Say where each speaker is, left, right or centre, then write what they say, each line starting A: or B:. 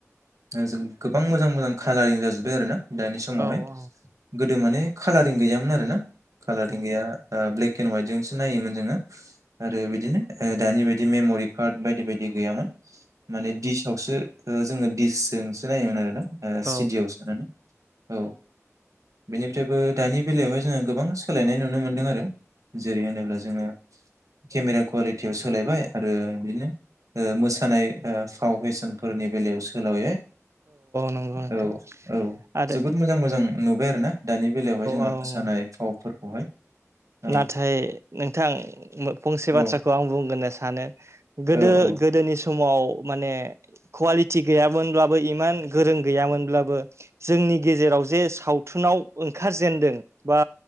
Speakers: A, on the right; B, on the right.
A: जों गोबां मोजां मोजां कालारिं जाजोब्बाय आरो ना दानि समावहाय
B: औ औ
A: गोदो माने कालारिं गैयामोन आरोना कालारिं गैया ओ ब्लेक एन्ड वाइट जोंसो नायोमोन जोङो आरो बिदिनो ओ दानि बायदि मेमरि कार्ट बायदि बायदि गैयामोन माने डिसावसो जोङो डिसजोंसो नायोमोन आरोना ओ
B: औ
A: सिडियाव सोनानै औ बेनिफ्रायबो दानि बेलायावहाय जोङो गोबां सोलायनाय नुनो मोनदों आरो जेरै होनोब्ला जोङो केमेरा कुवालिटियाव सोलायबाय आरो बिदिनो ओ मोसानाय ओ फाव फेसनफोरनि बेलायाव सोलावैबाय
B: नंगौ नोंथां
A: औ औ
B: आरो
A: जोबोद मोजां मोजां नुबाय आरो ना दानि बेलायावहाय जोंहा
B: औ
A: मोसानाय
B: औ
A: फावफोरखौहाय औ
B: नाथाय नोंथां मो फंसे
A: औ
B: बाथ्राखौ आं बुंगोरनो- सानो गोदो
A: औ औ
B: गोदोनि स- समाव माने कुवालिटि गैयामोनब्लाबो इमान गोरों गैयामोनब्लाबो जोंनि गेजेराव जे सावथुनाव ओंखारजेनदों बा